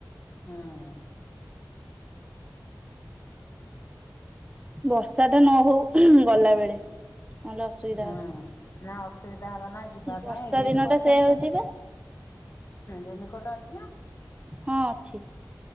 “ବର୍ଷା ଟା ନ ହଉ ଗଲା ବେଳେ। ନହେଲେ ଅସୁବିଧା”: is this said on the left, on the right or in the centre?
Right